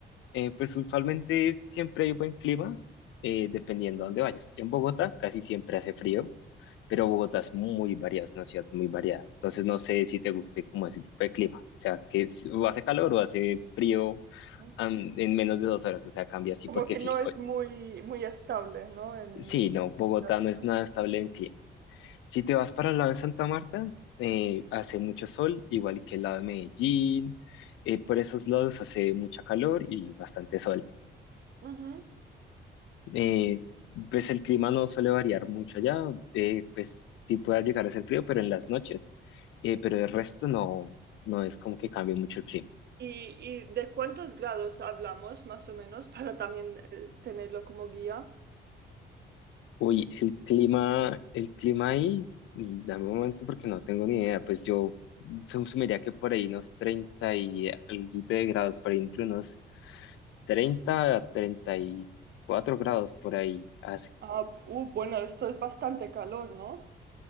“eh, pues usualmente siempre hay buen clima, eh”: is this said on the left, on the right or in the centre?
Left